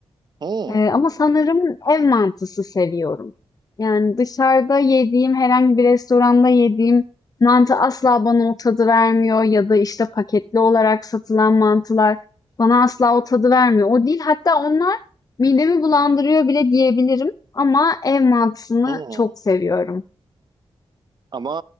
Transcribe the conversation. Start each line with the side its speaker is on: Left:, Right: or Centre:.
Right: Hmm,
Left: Ee, ama sanırım ev mantısı seviyorum. Yani dışarıda yediğim herhangi bir restoranda yediğim mantı asla bana o tadı vermiyor ya da işte paketli olarak satılan mantılar bana asla o tadı vermiyor. O değil hatta onlar midemi bulandırıyor bile diyebilirim ama ev mantısını
Right: hmm.
Left: çok seviyorum.
Right: Ama